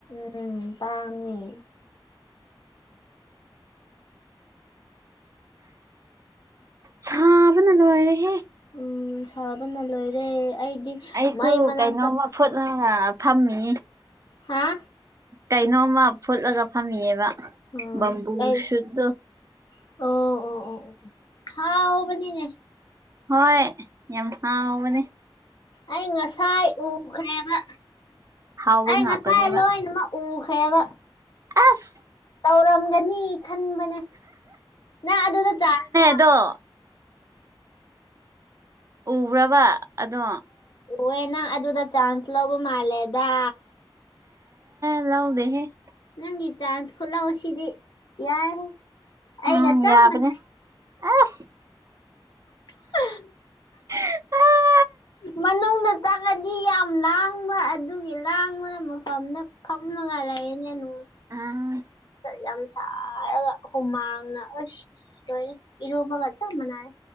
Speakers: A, on the left; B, on the right.
A: ꯎꯝ ꯇꯥꯡꯉ‌ꯦ
B: ꯁꯥꯄꯅ ꯂꯣꯏꯔ‌ꯦ ꯍꯦ
A: ꯎꯝ ꯁꯥꯕꯅ ꯂꯣꯏꯔꯦ ꯑꯩꯗꯤ
B: ꯑꯩꯁꯨ
A: ꯃꯩ ꯃꯅꯥꯛꯇ
B: ꯀꯩꯅꯣꯝꯃ ꯐꯨꯠꯅꯒ ꯐꯝꯃꯤ
A: ꯍꯥꯥ
B: ꯀꯩꯅꯣꯝꯃ ꯐꯨꯠꯂꯒ ꯐꯝꯃꯤꯑꯕ
A: ꯎꯝ
B: ꯕꯝꯕꯨ
A: ꯀꯥꯏ
B: ꯁꯨꯠꯇꯨ
A: ꯑꯣ ꯑꯣ ꯑꯣ ꯑꯣ ꯍꯥꯎꯕꯅꯤꯅꯦ
B: ꯍꯣꯏ ꯌꯥꯝ ꯍꯥꯥꯎꯕꯅꯦ
A: ꯑꯩ ꯉꯁꯥꯏ ꯎꯈ꯭ꯔꯦꯕ
B: ꯍꯥꯎꯕ
A: ꯑꯩ
B: ꯉꯥꯛꯇꯅꯦꯕ
A: ꯉꯁꯥꯏ ꯂꯣꯏꯅꯃꯛ ꯎꯈ꯭ꯔꯦꯕ
B: ꯑꯁ
A: ꯇꯧꯔꯝꯒꯅꯤ ꯈꯟꯕꯅꯦ ꯅꯪ ꯑꯗꯨꯗ ꯆꯥꯟꯁ <unintelligible>
B: ꯗꯣ ꯎꯕ꯭ꯔꯕ ꯑꯗꯣ
A: ꯎꯌꯦꯅ ꯑꯗꯨꯗ ꯆꯥꯟꯁ ꯂꯧꯕ ꯃꯥꯜꯂꯦꯗ
B: ꯂꯧꯗꯦ ꯍꯦ
A: ꯅꯪꯒꯤ ꯆꯥꯟꯁ ꯈꯨꯠꯂꯧꯁꯤꯗꯤ ꯌꯥꯏꯍꯦ ꯑꯩꯒ
B: ꯎꯝ
A: ꯆꯞ
B: ꯌꯥꯕꯅꯤ
A: ꯃꯥꯟꯅꯩ
B: ꯑꯁ
A: <unintelligible>
B: <unintelligible>
A: ꯃꯅꯨꯡꯗ ꯆꯪꯂꯗꯤ ꯌꯥꯝ ꯂꯥꯡꯕ ꯑꯗꯨꯒꯤ ꯂꯥꯡꯕꯅ ꯐꯝꯅ ꯐꯝꯂꯒ ꯂꯌꯦꯅꯦ <unintelligible>
B: <unintelligible>
A: ꯌꯥꯝ ꯁꯥꯔꯒ ꯍꯨꯃꯥꯡꯅ ꯑꯁ ꯂꯣꯏꯔꯦ ꯏꯔꯨꯕꯒ ꯆꯞ ꯃꯥꯟꯅꯔꯦ